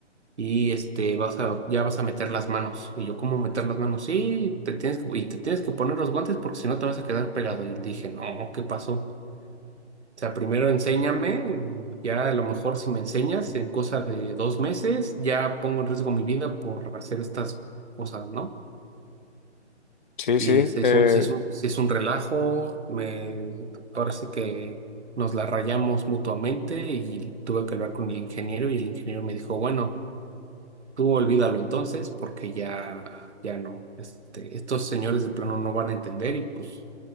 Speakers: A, on the right; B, on the left.
A: y este vas a ya vas a meter las manos. Y yo, ¿cómo meter las manos? Sí, te tienes que, y te tienes que poner los guantes porque si no te vas a quedar pegado. Y dije, no, ¿qué pasó? O sea, primero enséñame, ya a lo mejor si me enseñas en cosa de dos meses, ya pongo en riesgo mi vida por hacer estas cosas, ¿no?
B: sí,
A: Y
B: sí.
A: se hizo,
B: eh,
A: un- se hizo, se hizo un relajo, me parece que nos la rayamos mutuamente y tuve que hablar con el ingeniero y el ingeniero me dijo, bueno, tú olvídalo entonces porque ya, ya no, este, estos señores de plano no van a entender y pues